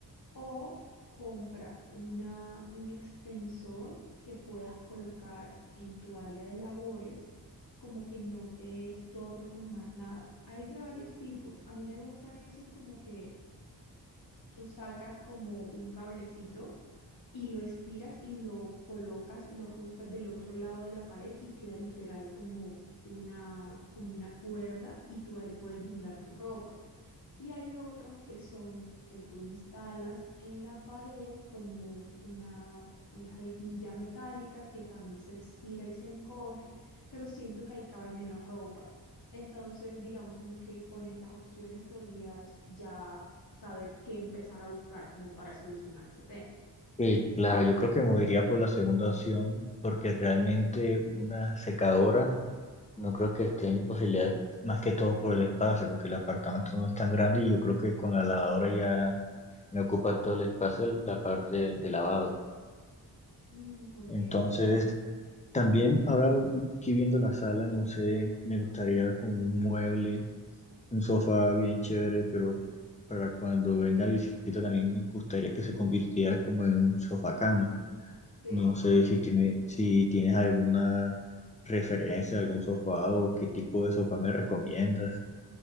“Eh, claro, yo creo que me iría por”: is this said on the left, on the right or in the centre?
Left